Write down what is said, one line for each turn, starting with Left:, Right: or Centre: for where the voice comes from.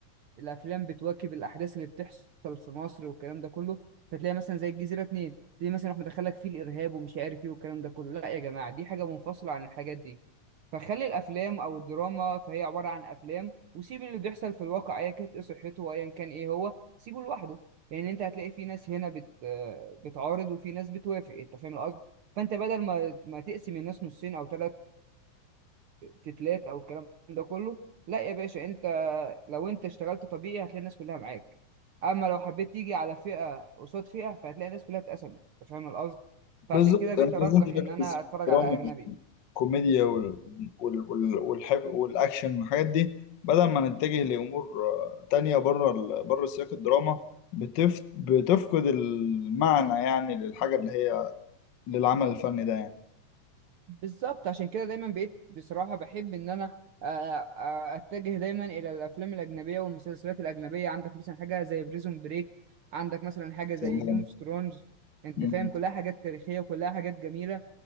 Right: الافلام بتواكب الاحداث اللي بتحصل في مصر والكلام ده كله فتلاقي مثلا زي الجزيره اتنين تلاقي مثلا احنا دخلك فيه الارهاب ومش عارف ايه والكلام ده كله لا يا جماعه دي حاجه منفصله عن الحاجات دي فخلي الافلام او الدراما فهي عباره عن افلام وسيب اللي بيحصل في الواقع ايا كانت ايه صحته وايا كان ايه هو سيبه لوحده يعني انت هتلاقي في ناس هنا بت آه، بتعارض وفي ناس بتوافق انت فاهم القصد فانت بدل ما ما تقسم الناس نصين او ثلاث تتلات او الكلام ده كله لا يا باشا انت لو انت اشتغلت طبيعي هتلاقي الناس كلها معاك اما لو حبيت تيجي على فئه قصاد فئه فهتلاقي الناس كلها اتقسمت انت فاهم القصد فعشان
Left: بالظبط
Right: كده بقيت
Left: أنا
Right: ارجح
Left: لازم نركز
Right: ان انا
Left: في
Right: اتفرج على
Left: الدراما
Right: اجنبي
Left: الكوميديا وال... وال... وال... والحب... والاكشن والحاجات دي بدل ما نتجه لامور آه، تانية بره ال... بره سياق الدراما بتف... بتفقد المعنى يعني للحاجه اللي هي للعمل الفني ده يعني
Right: بالظبط عشان كده دايما بقيت بصراحة بحب إن أنا آه، آه، أتجه دايما إلى الأفلام الأجنبية والمسلسلات الأجنبية عندك مثلا حاجة زي بريزون بريك عندك مثلا حاجة
Left: سلام.
Right: زي جيم اوف ثرونز أنت
Left: مم.
Right: فاهم كلها حاجات تاريخية وكلها حاجات جميلة